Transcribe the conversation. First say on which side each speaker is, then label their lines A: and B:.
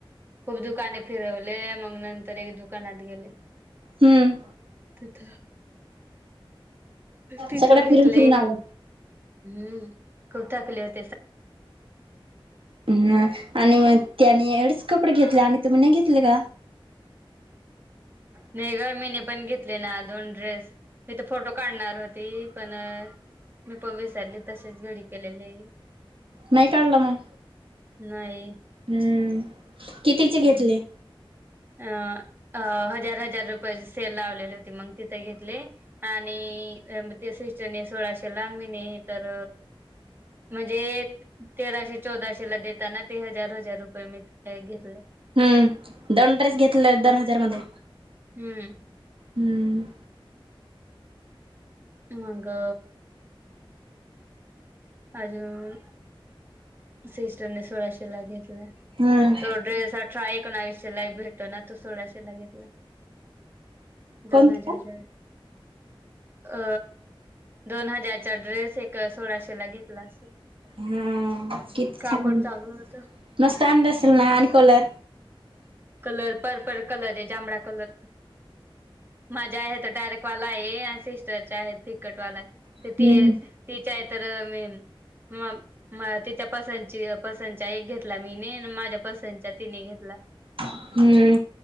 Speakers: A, on the right (about 25°); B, on the right (about 70°).
A: खूप दुकाने फिरवले मग नंतर एक दुकानात गेले.
B: हम्म.
A: तिथं तिथं
B: सगळं फिरून
A: घेतले,
B: फिरून आलो.
A: हम्म... खूप थकले होते सगळे.
B: ह आणि मग त्याने एवढेचं कपडे घेतले आणि तुम्ही नाही घेतले का?
A: नाही गं, मी ने पण घेतले ना दोन ड्रेस, तिथं फोटो काढणार होती. पण मी पण विसरली, तसेचं घडी केलेले
B: नाही काढलं मग.
A: नाही.
B: हम्म. कितीचे घेतले
A: हम्म. अ हजार हजार रुपयाची सेल लावलेली होती, मग तिथे घेतले. आणि त्या सिस्टरने सोळाशेला, मीने तर मजेत. तेराशे-चौदाशे ला देताना ते हजार हजार रुपये मी घेतले.
B: हम्म. दोन ड्रेस घेतले दोन हजार मध्ये.
A: हम्म.
B: हम्म
A: मग अ... अजून सिस्टरने सोलाशे ला घेतले.
B: हम्म
A: तो ड्रेस अठरा एकोणावीसशेला भेटना, तो सोळाशेला घेतला.
B: कोणता
A: दोन हजारा र अ दोन हजारचा ड्रेस एक सोळाशे ला घेतला. लासेल
B: हा किती छान
A: कापड चांगलं होतं.
B: मस्त आणलं असेल ना आणि कलरं
A: कलर पर्पल कलरये जांभळा कलर, माझा आहे डार्कवाला आहे आणि सिस्टरच्या आहेत फिकटवाला आहे.
B: हम्म
A: त ते तिच्या आहे तर मी म तिच्या पसंदची पसंतच्या एक घेतला मीने, अन् माझ्या पसंतच्या तिने घेतला.
B: हम्म